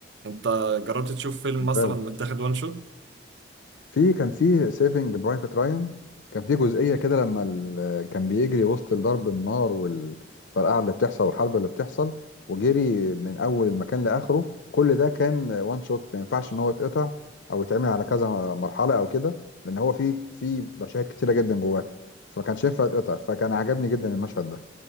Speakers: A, on the right; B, on the left.
A: انت جربت تشوف فيلم
B: ممتاز
A: مثلا متاخد وان شوت
B: في كان في سيفنج برايفت رايان كان في جزئية كده لما ال... كان بيجري وسط ضرب النار والفرقعة اللي بتحصل والحرب اللي بتحصل وجري من أول المكان لآخره كل ده كان وان شوت ما ينفعش إن هو يتقطع أو يتعمل على كذا مرحلة أو كده لأن هو في في مشاهد كتيرة جدا جواه فما كانش ينفع يتقطع فكان عجبني جدا المشهد ده